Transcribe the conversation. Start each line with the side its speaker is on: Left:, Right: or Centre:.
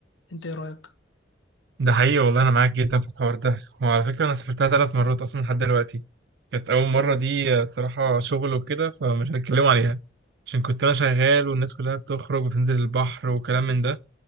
Left: انت ايه رأيك
Right: ده حقيقي والله انا معاك جدا في الحوار ده وعلى فكره انا سافرتها ثلاث مرات اصلا لحد دلوقتي كانت اول مره دي آه، صراحه شغل وكده فمش هتكلم عليها عشان كنت انا شغال والناس كلها بتخرج وتنزل البحر وكلام من ده